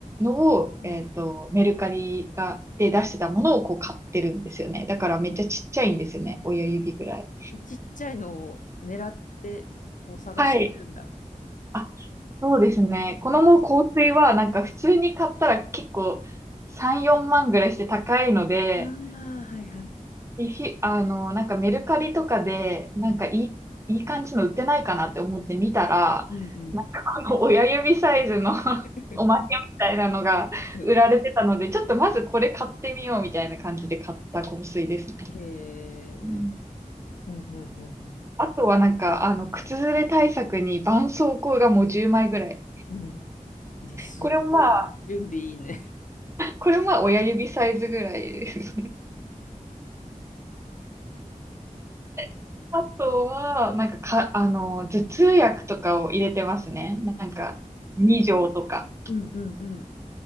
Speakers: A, on the right; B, on the left.
A: のを、
B: うん。
A: えっと、メルカリが、で出してたものをこう買ってるんですよね。だからめっちゃちっちゃいんですよね。親指ぐらい。
B: ちっちゃいのを狙って、こう探してるんだ。
A: はい。あ、そうですね。このもう香水はなんか普通に買ったら結構3、
B: <laughs>
A: 4万ぐらいして高いので、
B: ああ、はいはい。
A: リフィ、あの、なんかメルカリとかで、なんかいい、
B: うん。
A: いい感じの売ってないかなって思って見たら、
B: うんうん。
A: なんかこの親指サイズの <laughs>
B: <laughs>
A: おまけみたいなのが売られてたので、
B: うん
A: ちょっとまずこれ買ってみようみたいな感じで買った香水ですね。
B: へえ。
A: うん
B: うんうんうん
A: あとはなんか、あの、靴ずれ対策に絆創膏がもう10枚ぐらい。
B: うん。うん。で、すごい準備いいね。
A: これもまあ、これもまあ親指サイズぐらいですね。<laughs> あとは、なんか、か、あの、頭痛薬とかを入れてますね。なんか、2錠とか。
B: うんうんうん。